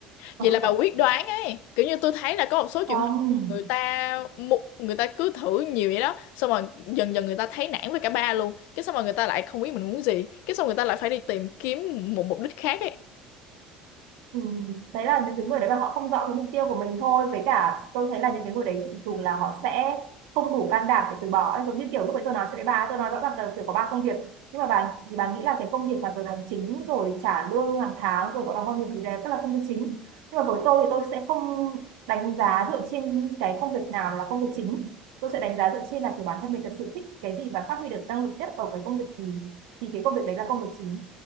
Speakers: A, on the right; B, on the left.
A: <laughs>
B: vậy là bà quyết đoán ấy kiểu như tôi thấy là có một số trường
A: không
B: hợp người ta mu- người ta cứ thử nhiều vậy đó xong rồi dần dần người ta thấy nản với cả ba luôn cái xong rồi người ta lại không biết mình muốn gì cái xong người ta lại phải đi tìm kiếm một mục đích khác ấy
A: Ừ. Đấy là những cái người đấy mà họ không rõ cái mục tiêu của mình thôi với cả tôi thấy là những cái người đấy thường là họ sẽ không đủ can đảm để từ bỏ ấy. giống như kiểu lúc ấy tôi nói cho đấy bà tôi nói rõ ràng là kiểu có ba công việc nhưng mà bà thì bà nghĩ là cái công việc mà giờ hành chính rồi trả lương hàng tháng rồi có đóng bảo hiểm thì đấy tức là công việc chính nhưng mà với tôi thì tôi sẽ không đánh giá dựa trên cái công việc nào là công việc chính tôi sẽ đánh giá dựa trên là kiểu bản thân mình thật sự thích cái gì và phát huy được năng lực nhất ở cái công việc gì thì cái công việc đấy là công việc chính